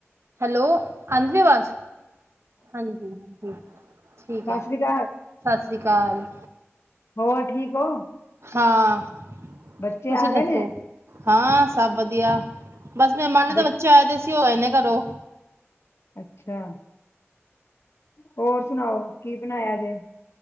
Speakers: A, on the right; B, on the left.
A: ਹੈਲੋ ਆਂਦੀ ਅਵਾਜ ਹਾਂਜੀ ਹਾਂ ਠੀਕ
B: ਸਤਿ
A: ਹੈ ਸਤਿ
B: ਸ਼੍ਰੀ ਅਕਾਲ
A: ਸ਼੍ਰੀ ਕਾਲ।
B: ਹੋਰ ਠੀਕ ਹੋ।
A: ਹਾਂ।
B: ਬੱਚੇ
A: ਤੁਸੀਂ
B: ਆ
A: ਦੱਸੋ
B: ਗਏ ਨੇ
A: ਹਾਂ ਸਭ ਵਧੀਆ ਬਸ ਮਹਿਮਾਨਾਂ
B: ਬ
A: ਦੇ ਬੱਚੇ ਆਏ ਦੇ ਸੀ, ਉਹ ਗਏ ਨੇ ਘਰੋਂ।
B: ਅੱਛਾ। ਹੋਰ ਸੁਣਾਓ ਕੀ ਬਣਾਇਆ ਜੇ।